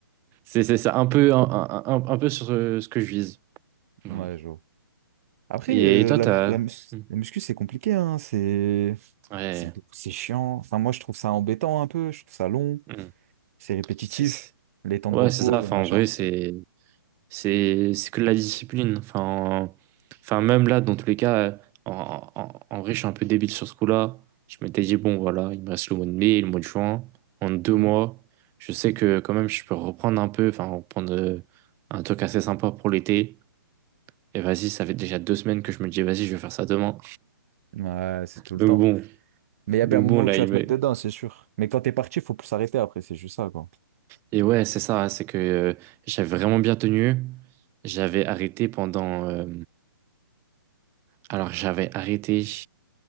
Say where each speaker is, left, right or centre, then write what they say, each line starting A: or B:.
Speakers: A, on the right; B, on the right.
A: c'est, c'est ça. Un peu, un, un- un- un peu sur euh, ce que je vise. Voilà.
B: Ouais, je vois. Après,
A: Et,
B: euh,
A: et toi,
B: la,
A: t'as.
B: la, mus-
A: Hmm.
B: la muscu, c'est compliqué, hein. C'est,
A: Ouais.
B: c'est, beaucoup- c'est chiant. Enfin, moi, je trouve ça embêtant un peu. Je trouve ça long.
A: Hmm.
B: C'est répétitif.
A: C'est, c'est-
B: Les temps
A: Ouais,
B: de repos,
A: c'est ça.
B: les
A: Enfin,
B: machins.
A: en vrai, c'est. C'est c'est que de la discipline. Enfin, enfin, même là, dans tous les cas, euh, en, en, en vrai, je suis un peu débile sur ce coup-là. Je m'étais dit, bon, voilà, il me reste le mois de mai et le mois de juin. En deux
B: Mhm.
A: mois, je sais que quand même, je peux reprendre un peu, enfin, reprendre euh, un truc assez sympa pour l'été. Et vas-y, ça fait déjà deux semaines que je me dis, vas-y, je vais faire ça demain.
B: Ouais, c'est tout le
A: Donc
B: temps.
A: bon,
B: Mais il y a
A: donc
B: bien un moment
A: bon, là,
B: où tu
A: il
B: vas te
A: me-
B: mettre dedans, c'est sûr. Mais quand t'es parti, faut plus s'arrêter après. C'est juste ça, quoi.
A: Et ouais, c'est ça, c'est que euh, j'avais vraiment bien tenu. J'avais arrêté pendant... euh, Alors, j'avais arrêté.